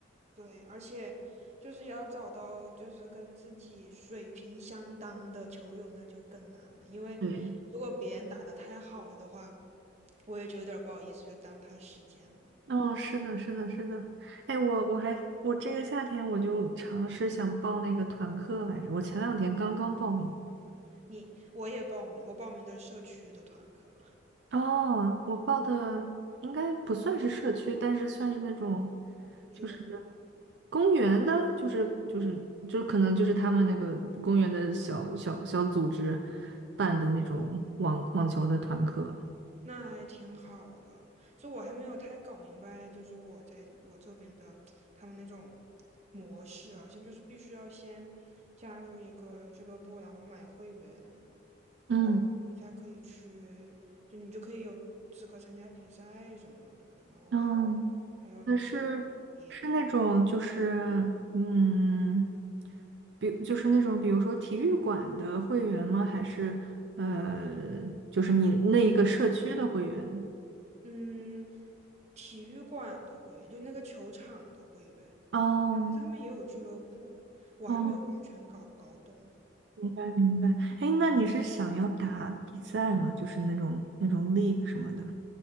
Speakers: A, on the right; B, on the right.
A: 对，而且就是也要找到就是跟自己水平相当的球友，那就更难了，因为如果别人打得太好了的话，
B: <laughs> 对。
A: 我也就有点儿不好意思，就耽误他时间了。
B: 哦，是的，是的，是的。哎，我我还我这个夏天我就尝试想报那个团课来着，我前两天刚刚报名。
A: 你我也报名，我报名的社区的团课
B: 哦，我报的应该不算是社区，但是算是那种，
A: 俱乐部嘛，
B: 就是公园的，就是就是就是可能就是他们那个公园的小小小组织办的那种网网球的团课。
A: 嗯，那还挺好的。就我还没有太搞明白，就是我在我这边的他们那种模式，好像就是必须要先加入一个俱乐部，然后买会员，然后你才可以去，
B: 嗯，
A: 就你就可以有资格参加比赛什么的，然后还有
B: 哦，
A: 还有你你也可以，
B: 那是是那种就是嗯，比就是那种比如说体育馆的会员吗？还是呃，就是你那一个社区的会员？
A: 嗯，体育馆的会员，就那个球场的会员。
B: 哦
A: 他们也有俱乐部，我还没有完全搞搞懂。
B: 哦，明白明白。哎，那你是想要打比赛吗？就是那种那种 league 什么的？